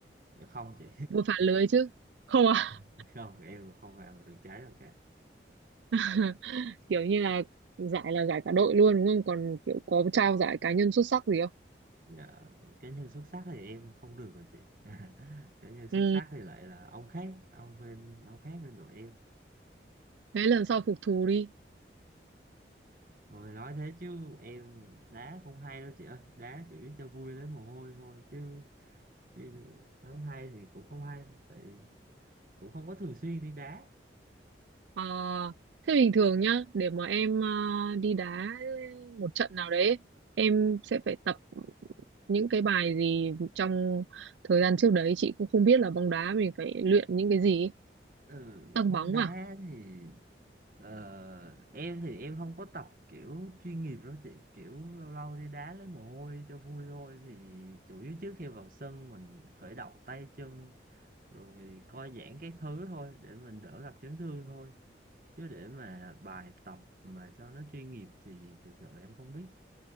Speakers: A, on the right; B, on the right.
A: dạ không chị
B: vừa phá lưới chứ không à
A: <laughs> không em không vào được trái đâu cả
B: <laughs> kiểu như là giải là giải cả đội luôn đúng không còn kiểu có trao giải cá nhân xuất sắc gì không
A: dạ cá nhân xuất sắc thì em không được rồi chị <laughs> cá nhân xuất
B: ừ
A: sắc thì lại là ông khác ông bên ông khác bên đội em
B: thế lần sau phục thù đi
A: Rồi nói thế chứ em đá cũng hay đâu chị ơi Đá chỉ cho vui lấy mồ hôi thôi chứ, chứ nói hay thì cũng không hay Tại cũng không có thường xuyên đi đá
B: Ờ, thế bình thường nhá, để mà em ờ, đi đá một trận nào đấy, em sẽ phải tập những cái bài gì trong thời gian trước đấy, chị cũng không biết là bóng đá mình phải luyện những cái gì, ấy.
A: ừ,
B: tăng
A: bóng
B: bóng
A: đá
B: à?
A: thì ờ, em thì em không có tập kiểu chuyên nghiệp đâu chị Kiểu lâu lâu đi đá lấy mồ hôi cho vui thôi Thì chủ yếu trước khi vào sân mình khởi động tay chân Rồi co giãn các thứ thôi để mình đỡ gặp chấn thương thôi chứ để mà bài tập mà cho nó chuyên nghiệp thì thực sự là em không biết